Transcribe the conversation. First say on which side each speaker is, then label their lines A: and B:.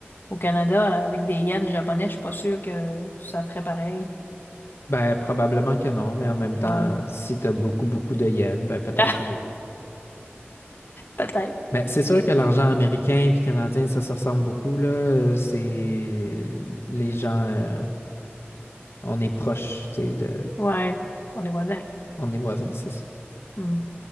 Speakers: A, on the left; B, on the left.
A: au Canada avec des yens japonais, je suis pas sûre que ça ferait pareil.
B: Ben, probablement que non, mais en même temps,
A: Ouais.
B: si tu as beaucoup, beaucoup de yens, ben peut-être
A: <laughs>
B: que oui.
A: Peut-être.
B: Ben, c'est sûr que l'argent américain puis canadien, ça se ressemble beaucoup, là. Euh, C'est les gens, euh, on est proches, tu sais, de...
A: Ouais. On est voisins.
B: on est voisins, c'est ça.
A: Hmm.